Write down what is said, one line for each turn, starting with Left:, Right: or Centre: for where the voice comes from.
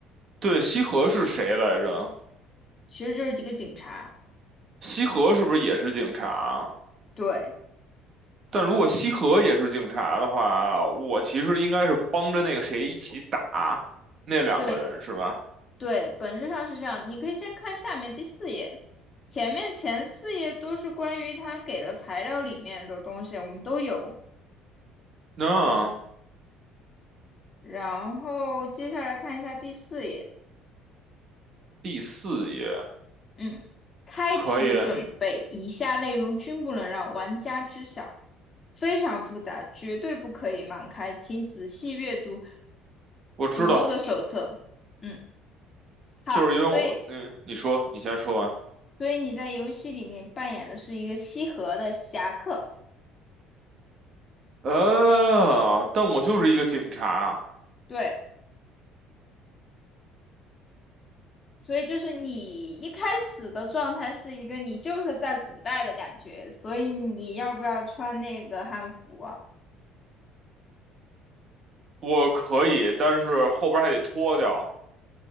Right: 对，西河是谁来着？
Left: 其实就是几个警察。
Right: 西河是不是也是警察啊？
Left: 对
Right: 但如果西河也是警察的话，我其实应该是帮着那个谁一起打那两个人，
Left: 对
Right: 是吧？
Left: 对，本质上是这样的。你可以先看下面第四页，前面前四页都是关于他给的材料里面的东西，我们都有。
Right: 那
Left: 嗯，然后接下来看一下第四页。
Right: 第四页
Left: 嗯，开局准备，
Right: 可以，
Left: 以下内容均不能让玩家知晓，非常复杂，绝对不可以盲开，请仔细阅读
Right: 我知道，
Left: 组织的手册。嗯，好，
Right: 就是因为我，
Left: 所以
Right: 嗯，你说，你先说完。
Left: 所以你在游戏里面扮演的是一个西河的侠客，
Right: 呃，但我就是一个警察，
Left: 对，所以就是你一开始的状态是一个你就是在古代的感觉，所以你要不要穿那个汉服啊？
Right: 我可以，但是后边还得脱掉。